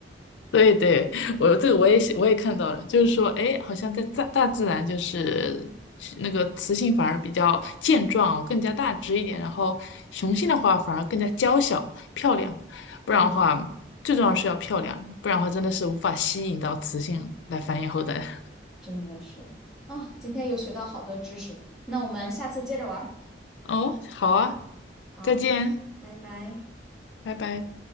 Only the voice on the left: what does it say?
<laughs> 对对，我这个我也写我也看到了，就是说，哎，好像在大大自然就是是那个雌性反而比较健壮哦，更加大只一点，然后雄性的话反而更加娇小漂亮，不然的话，
最重要是要漂亮，不然的话真的是无法吸引到雌性来繁衍后代。
<laughs> 哦，好啊，
再见，
拜拜。